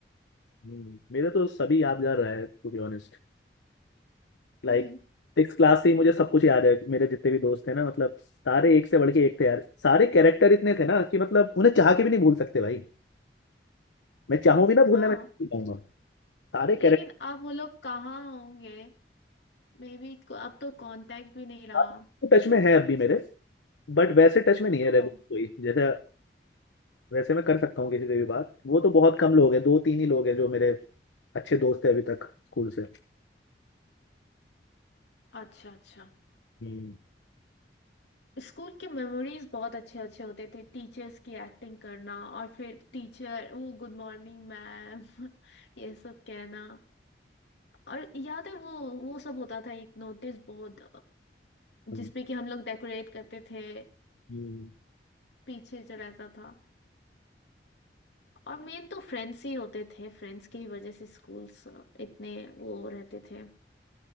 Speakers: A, on the left (about 90°); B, on the left (about 70°).
A: हम्म, मेरा तो सभी यादगार रहा है to be honest Like
B: हम्म
A: six class से ही मुझे सब कुछ याद है मेरे जितने भी दोस्त थे ना मतलब सारे एक से बढ़ के एक थे यार सारे कैरेक्टर इतने थे ना कि मतलब उन्हें चाह के भी नहीं भूल सकते भाई मैं चाहूँ भी ना भूलना
B: हाँ
A: मैं नहीं चाहूंगा सारे
B: लेकिन अब वो लोग कहाँ होंगे May be अब तो कांटेक्ट भी नहीं रहा
A: कैरेक्टर टच में है अब भी मेरे बट वैसे टच में नहीं है
B: ओह
A: रेगुलर कोई जैसे वैसे मैं कर सकता हूँ किसी से भी बात वो तो बहुत कम लोग हैं दो तीन ही लोग हैं जो मेरे अच्छे दोस्त है अभी तक स्कूल से
B: अच्छा अच्छा
A: हम्म
B: स्कूल के मेमोरीज बहुत अच्छे अच्छे होते थे टीचर्स की एक्टिंग करना और फिर टीचर वो गुड मॉर्निंग मैम <laughs> ये सब कहना और याद है वो वो सब होता था एक नोटिस बोर्ड
A: हम्म,
B: जिसपे कि हम लोग डेकोरेट करते थे
A: हम्म।
B: पीछे जो रहता था और मेन तो फ्रेंड्स ही होते थे फ्रेंड्स की ही वजह से स्कूल्स इतने वो रहते थे